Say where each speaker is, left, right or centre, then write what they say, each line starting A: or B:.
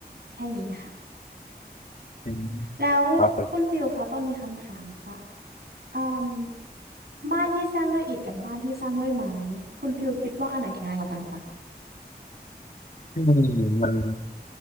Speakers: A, on the right; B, on the left.
A: แค่นี้ค่ะ
B: อืม
A: แล้วคุณฟิลคะต้องมีคำถามค่ะ
B: ครับผม
A: อืมบ้านที่สร้างด้วยอิฐกับบ้านที่สร้างด้วยไม้คุณฟิลคิดว่าอันไหนแข็งแรงกว่ากันคะ
B: อืมมัน